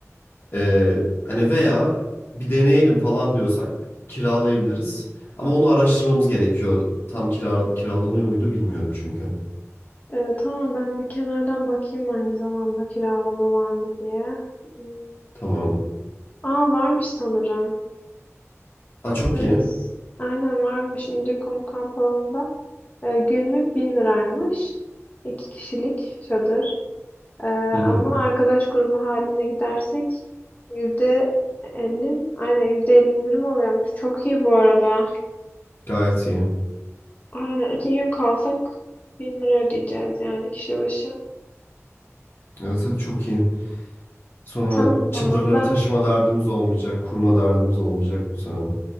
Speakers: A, on the left; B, on the left.
A: Ee, hani veya bir deneyelim falan diyorsak kiralayabiliriz. Ama onu araştırmamız gerekiyor. Tam kira, kiralanıyor muydu bilmiyorum çünkü.
B: Ee, tamam ben bir kenardan bakayım aynı zamanda kiralama var mı diye. Hmm.
A: Tamam.
B: Aa varmış sanırım.
A: Aa çok
B: Evet.
A: iyi.
B: Aynen varmış İncekum kamp alanında. Ee, günlük bin liraymış. İki kişilik çadır. Ee,
A: Hı hı.
B: ama arkadaş grubu haline gidersek yüzde elli aynen yüzde elli indirim oluyormuş. Çok iyi bu arada.
A: Gayet iyi.
B: Aynen iki gün kalsak bin lira ödeyeceğiz yani kişi başı.
A: Evet, evet çok iyi. Sonra
B: Tamam o zaman
A: çadırları
B: ben
A: taşıma derdimiz olmayacak, kurma derdimiz olmayacak muhtemelen.